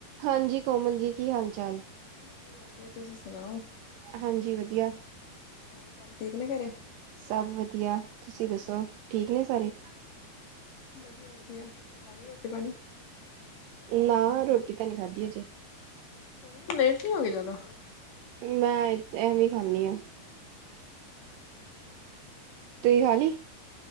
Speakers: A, on the right; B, on the left.
A: ਹਾਂਜੀ ਕੋਮਲ ਜੀ ਕੀ ਹਾਲ ਚਾਲ?
B: ਵਧੀਆ-ਵਧੀਆ ਤੁਸੀਂ ਸੁਣਾਓ।
A: ਹਾਂਜੀ ਵਧੀਆ।
B: ਹੋਰ ਸਾਰੇ ਠੀਕ ਨੇ ਘਰੇ।
A: ਸਭ ਵਧੀਆ ਤੁਸੀਂ ਦੱਸੋ, ਠੀਕ ਨੇ ਸਾਰੇ।
B: ਵਧੀਆ-ਵਧੀਆ ਖਾਲੀ ਲੀ ਰੋਟੀ ਪਾਣੀ।
A: ਨਾ ਰੋਟੀ ਤਾਂ ਨੀ ਖਾਧੀ ਹਜੇ।
B: ਕਿਉਂ ਲੇਟ ਨੀ ਹੋ ਗਏ ਜਾਦਾ।
A: ਮੈਂ ਐਵੇਂ ਹੀ ਖਾਣੀ ਆ।
B: ਅੱਛਾ ਠੀਕ
A: ਤੁਸੀਂ
B: ਹੈ
A: ਖਾ
B: ਜੀ
A: ਲਈ